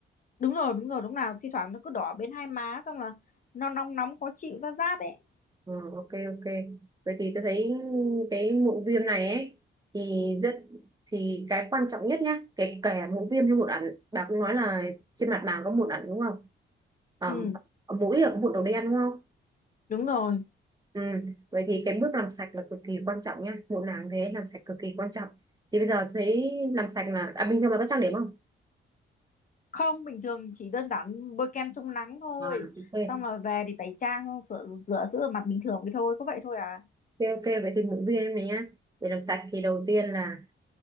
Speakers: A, on the left (about 40°); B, on the right (about 20°).
A: đúng rồi đúng rồi đúng nào thi thoảng nó cứ đỏ bên hai má xong là nó nóng nóng khó chịu ra rát ấy
B: Ừ, ok ok vậy thì tôi thấy cái mụn viêm này ấy thì rất thì cái quan trọng nhất nhá kể cả mụn viêm hay mụn ẩn bà cũng nói là trên mặt bà có mụn ẩn đúng không ở,
A: ừ
B: ở mũi là có mụn đầu đen đúng không
A: đúng rồi
B: ừ. vậy thì cái bước làm sạch là cực kỳ quan trọng nhá mụn nào cũng thế làm sạch cực kỳ quan trọng thì bây giờ thấy làm sạch là à, bình thường bà có trang điểm không
A: không bình thường chỉ đơn giản bôi kem chống nắng thôi
B: à, ok
A: xong rồi về thì tẩy trang xong sửa rửa sữa mặt bình thường cái thôi có vậy thôi à
B: ok ok vậy thì mụn viêm này nhá để làm sạch thì đầu tiên là